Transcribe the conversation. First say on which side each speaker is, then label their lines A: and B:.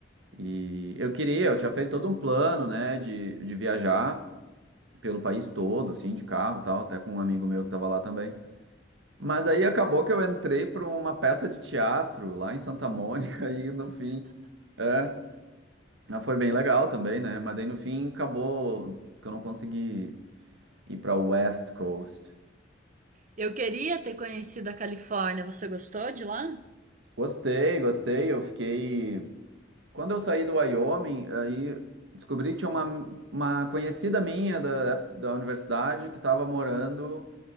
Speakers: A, on the right; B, on the right.
A: E eu queria, eu tinha feito todo um plano, né? De, de viajar pelo país todo, assim, de carro e tal, até com um amigo meu que estava lá também. Mas aí acabou que eu entrei para uma peça de teatro lá em Santa Mônica <laughs> e no fim, é, mas foi bem legal também, né? Mas daí no fim acabou que eu não consegui ir para West Coast.
B: Eu queria ter conhecido a Califórnia. Você gostou de lá?
A: Gostei, gostei. Eu fiquei. Quando eu saí do Wyoming, aí descobri que tinha uma, uma conhecida minha da, da universidade que estava morando